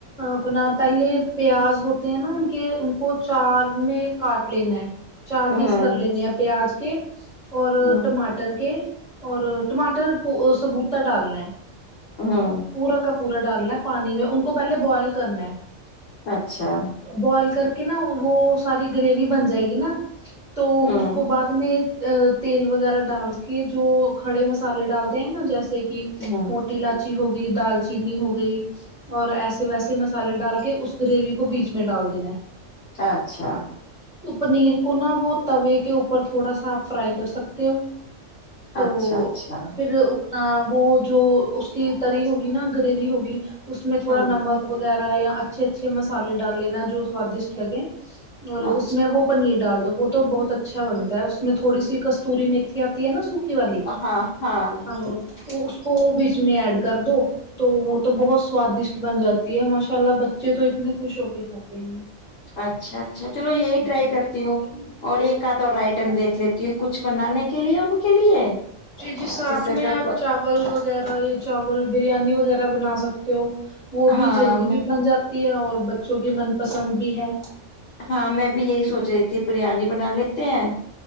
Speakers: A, in the centre; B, on the left.
A: اپنا پہلے پیاز ہوتے ہیں نا ان کے ان کو چار میں کاٹ لینا ہے چار
B: ہاں
A: پیس کر لینے ہیں پیاز کے اور
B: ہوں
A: ٹماٹر کے اور ٹماٹر پو سبوٹا ڈالنا ہے
B: ہاں
A: پورا کا پورا ڈالنا ہے پانی میں ان کو پہلے بوائل کرنا ہے
B: اچھا
A: بوائل کر کے نا وہ ساری گریوی بن جائے گی نا تو
B: ہوں
A: اس کو بعد میں تیل وغیرہ ڈال کے جو کھڑے مسالے ڈالتے ہیں نا جیسے کی
B: ہوں
A: موٹی الاچی ہو گئی دال چینینی ہو گئی اور ایسے ویسے مسالے ڈال کے اس گریوی کو بیچ میں ڈال دینا
B: اچھا
A: تو پنیر کو نا وہ توے کے اوپر تھوڑا سا آپ فرائی کر سکتے ہو تو
B: اچھا اچھا
A: پھر آں وہ جو اس کی تری ہوگی نا گریوی ہوگی اس میں تھوڑا
B: ہوں
A: نمک وغیرہ یا اچھے اچھے مسالے ڈال لینا جو سوادشٹ لگے اور
B: اچھا
A: اس میں وہ پنیر ڈال دو وہ تو بہت اچھا بنتا ہے اس میں تھوڑی سی کستوری میتھی آ نا سوکھی والی
B: ہاں ہاں
A: ہمم تو اس کو بیچ میں ایڈ کر دو تو وہ تو بہت سوادشٹ بن جاتی ہے ماشاء اللہ بچے تو اتنے خوش ہو کے کھاتے ہیں
B: اچھا اچھا چلو یہی ٹرائی
A: جی
B: کرتی ہوں اور ایک آد اور آئٹم دیکھ لیت کی کچھ بنانے کے لیے ان کے لیے
A: جی جی ساتھ
B: جیسا
A: میں
B: کہ
A: آپ
B: پ
A: چاول وغیرہ یا چاول بریانی وغیرہ بنا سکتے ہو وہ بھی
B: ہاں
A: جلدی بھی بن جات اور بچوں کی من پسند بھی ہے
B: ہاں میں بھی یہی سوچ رہی تھی بریانی بنا لیتے ہیں